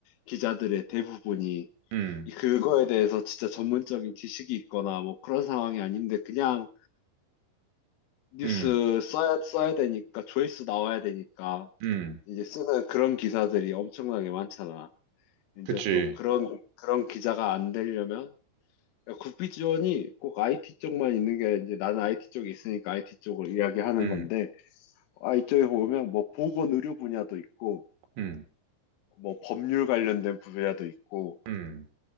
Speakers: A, on the left; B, on the right.
A: 기자들의 대부분이
B: 음.
A: 이- 그거에 대해서 진짜 전문적인 지식이 있거나 뭐 그런 상황이 아닌데 그냥 뉴스
B: 음.
A: 써야, 써야 되니까 조회수 나와야 되니까
B: 음.
A: 이제 쓰는 그런 기사들이 엄청나게 많잖아. 이제
B: 그치.
A: 또 그런 그런 기자가 안 되려면 국비 지원이 꼭 IT 쪽만 있는 게 이제 나는 IT 쪽에 있으니까 IT 쪽을 이야기하는
B: 음.
A: 건데 IT 쪽에 보면 뭐 보건 의료 분야도 있고
B: 음.
A: 뭐 법률 관련된 분야도 있고
B: 음,